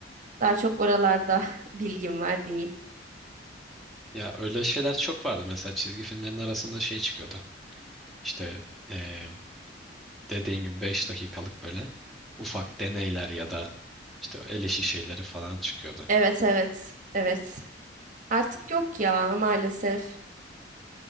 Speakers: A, on the right (about 45°); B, in the centre.
A: daha çok oralarda <laughs> bilgim var diyeyim.
B: Ya öyle şeyler çok vardı. Mesela çizgi filmlerin arasında şey çıkıyordu. İşte e, dediğin gibi 5 dakikalık böyle ufak deneyler ya da işte el işi şeyleri falan çıkıyordu.
A: Evet evet evet. Artık yok ya maalesef.